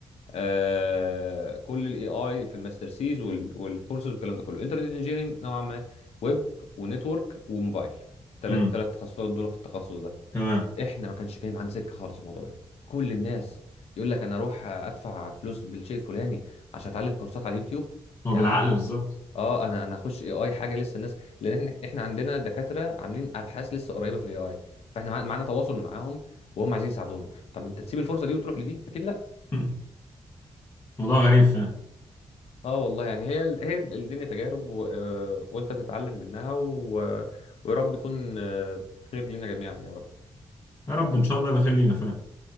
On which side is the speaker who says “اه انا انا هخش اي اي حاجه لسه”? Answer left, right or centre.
Left